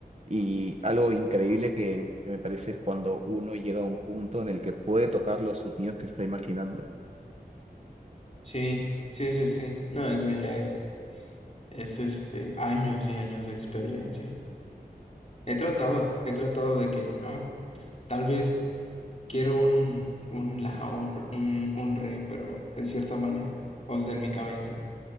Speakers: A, on the right (about 40°); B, on the left (about 40°).
A: Y algo increíble que, que me parece es cuando uno llega a un punto en el que puede tocar los sonidos que está imaginando.
B: sí, sí, sí, sí. No, eso ya es, es este, años y años de experiencia. He tratado, he tratado de que, ah, tal vez Quiero un, un la, un, un, un re, pero de cierta manera, o sea, en mi cabeza.